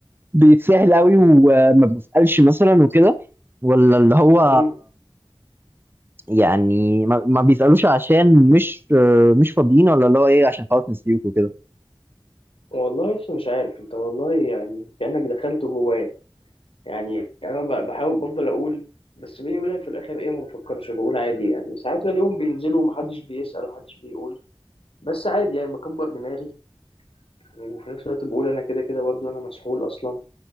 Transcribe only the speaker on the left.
امم
والله لسه مش عارف انت والله يعني كأنك دخلت جوايا يعني انا ب- بحاول بفضل اقول بس بيني وبينك في الاخر ايه ما بفكرش بقول عادي يعني ساعات بلاقيهم بينزلوا ومحدش بيسأل ومحدش بيقول بس عادي يعني بكبر دماغي وفي نفس الوقت بقول انا كده كده برضه انا مسحول اصلا